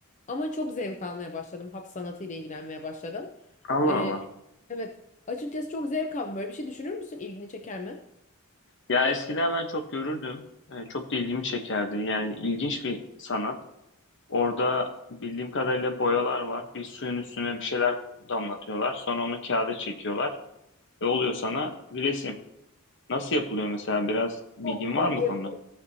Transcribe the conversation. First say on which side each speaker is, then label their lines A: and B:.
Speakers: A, on the left; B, on the left.
A: ama çok zevk almaya başladım. Hat sanatıyla ilgilenmeye başladım.
B: Allah
A: E,
B: Allah.
A: evet açıkçası çok zevk aldım. Böyle bir şey düşünür müsün? İlgini çeker mi?
B: Ya eskiden ben çok görürdüm. Ee, Çok da ilgimi çekerdi. Yani ilginç bir sanat. Orada bildiğim kadarıyla boyalar var. Bir suyun üstüne bir şeyler damlatıyorlar. Sonra onu kağıda çekiyorlar ve oluyor sana bir resim. Nasıl yapılıyor mesela? Biraz bilgin
A: Yok, o
B: var mı
A: Ebru.
B: bu konuda?